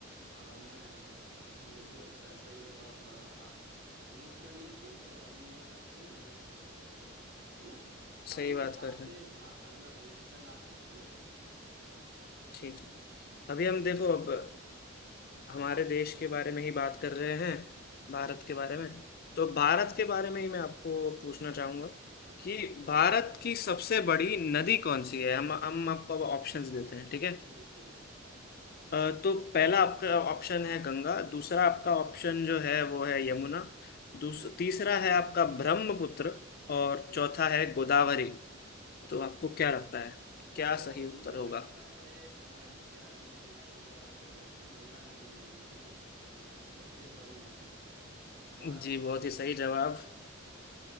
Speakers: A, on the right; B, on the left.
A: अ, मनाया जाता है तो मुझे लगता है सही जवाब अ, आप नोट कर लीजिए तो अगली बार आपको ये जरूर काम आएगा है ना
B: सही
A: अब मैं
B: बात
A: आपसे
B: कर रहे
A: हाँ अगला क्वेश्चन आप पूछिए अब
B: ठीक है अभी हम देखो अब हमारे देश के बारे में ही बात कर रहे हैं भारत
A: ठीक है
B: के बारे में तो भारत के बारे में ही मैं आपको पूछना चाहूंगा कि
A: ठीक
B: भारत
A: है
B: की सबसे बड़ी नदी कौन सी है हम हम आपको अब ऑप्शंस देते हैं ठीक है
A: बिल्कुल
B: अ, तो पहला आपका ऑप्शन है गंगा दूसरा आपका ऑप्शन जो है वो है यमुना दूस,
A: बिल्कुल
B: तीसरा है आपका ब्रह्मपुत्र और
A: ठीक
B: चौथा
A: है
B: है गोदावरी
A: ओके
B: तो आपको क्या लगता है क्या
A: तो
B: सही
A: मुझे
B: उत्तर होगा
A: लगता है हमारी प्यारी गंगा मैया यानी कि गंगा नदी ही जो है अ, सबसे बड़ी नदी है भारत
B: जी
A: में
B: बहुत ही सही जवाब